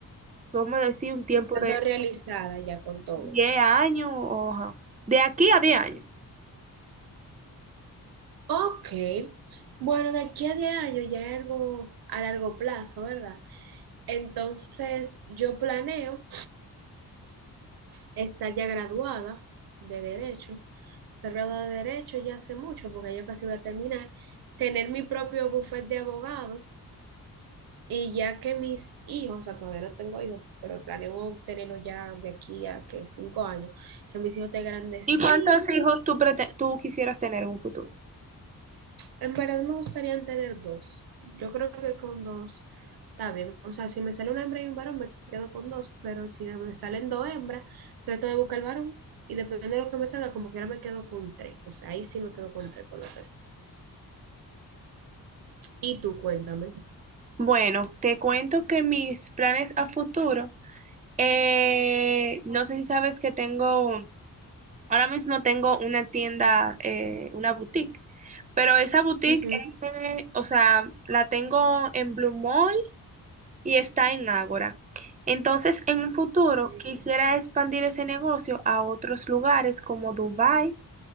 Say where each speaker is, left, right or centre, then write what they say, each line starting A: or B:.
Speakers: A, on the right (about 20°); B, on the right (about 75°).
A: vamos a decir, un tiempo
B: Estando
A: de
B: realizada ya con todo.
A: 10 años o ajá, de aquí a diez años.
B: Ok, bueno, de aquí a 10 años ya es algo a largo plazo, ¿verdad? Entonces, yo planeo estar ya graduada de Derecho, estar graduada de Derecho ya hace mucho, porque ya casi voy a terminar, tener mi propio bufete de abogados Y ya que mis hijos, o sea, todavía no tengo hijos, pero planeo tenerlo ya de aquí a que cinco años, que mis hijos estén grandecitos.
A: ¿Y cuántos hijos tú, prete- tú quisieras tener en un futuro?
B: En verdad me gustaría tener dos. Yo creo que con dos está bien. O sea, si me sale una hembra y un varón, me quedo con dos, pero si me salen dos hembras, trato de buscar el varón y dependiendo de lo que me salga, como quiera me quedo con tres. O sea, ahí sí me quedo con tres, con lo que sea. Y tú, cuéntame.
A: Bueno, te cuento que mis planes a futuro, eh, no sé si sabes que tengo Ahora mismo tengo una tienda, eh, una boutique, pero esa boutique,
B: Ujú.
A: eh, o sea, la tengo en Blue Mall y está en Ágora. Entonces, en un futuro
B: Sí.
A: quisiera expandir ese negocio a otros lugares como Dubái.